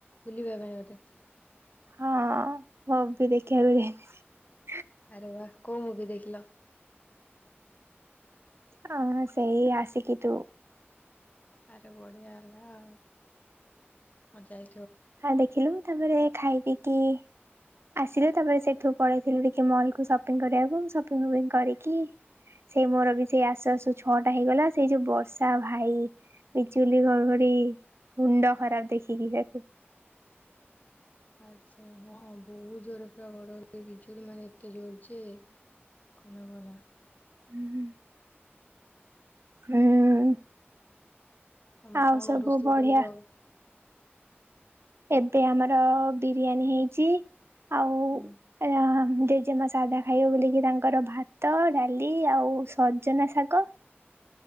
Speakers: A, on the left (about 35°); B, on the right (about 70°).
A: ବୁଲିିବା ପାଇଁ ବଧେ।
B: ହଁ ମୁଭି ଦେଖିବାକୁ ଯାଇଥିନି।
A: ଆରେ ବା କୋଉ ମୁଭି ଦେଖିଲ।
B: ହଁ ସେଇ ଆସିକି ତୁ।
A: ଆରେ ବଢିଆ ହେଲା ଆଉ ମଜା ହେ
B: ହଁ ଦେଖିଲୁ ତାପରେ ଖାଇ ପିଇକି ଆସିଲୁ ତାପରେ ସେ ଠୁ ପଳେଇ ଥିଲୁ ଟିକେ ମଲ୍ କୁ ସପ୍ ସପିଙ୍ଗ କରିବାକୁ ସପିଙ୍ଗ ଫପିଙ୍ଗ କରିକି ସେଇ ମୋର ବି ସେଇ ଆସୁ ଆସୁ ଛଅ ଟା ହେଇଗଲା ।ସେଇ ଯୋଉ ବର୍ଷା ଭାଇ ବିଜୁଲି ଘଡଘଡି ମୁଣ୍ଡ ଖରାପ ଦେଖିକି ତାକୁ।
A: ଆଚ୍ଛା ହଁ ବହୁତ ଜୋରରେ ପରା ଘଡଘଡି ବିଜୁଳି ମାନେ ଏତେ ଜୋର ଯେ କହନା କହନା।
B: ହୁଁ ହୁଁ। ହୁଁ।
A: ତୋମେ
B: ଆଉ
A: କଣ
B: ସବୁ
A: ରୋଷେଇ
B: ବଢିଆ
A: କରିବ?
B: ଏବେ ଆମର ବିରିୟାନୀ ହେଇଚି। ଆଉ
A: ହୁଁ
B: ଆ, ଜେଜେମା ସାଧା ଖାଇବ ବୋଲିକି ତାଙ୍କ ଙ୍କର ଭାତ ଡାଲି ଆଉ ସଜନା ଶାଗ।